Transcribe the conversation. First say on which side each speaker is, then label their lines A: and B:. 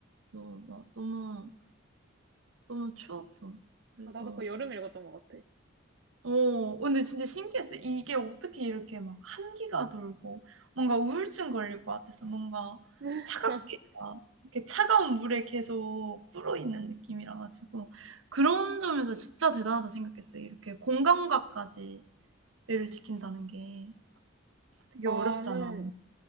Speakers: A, on the right; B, on the right.
A: 읽었어. 막 너무 너무 추웠어. 그래서
B: 아, 나도 그거 여름에 읽었던 것 같아.
A: 어 근데 진짜 신기했어요. 이게 어떻게 이렇게 막 한기가 돌고 뭔가 우울증 걸릴 것 같아서 뭔가
B: <laughs>
A: 차갑게 막 이렇게 차가운 물에 계속 불어있는 느낌이라 가지고 그런 점에서 진짜 대단하다 생각했어요. 이렇게 공감각까지 배려시킨다는 게 되게
B: 나는
A: 어렵잖아.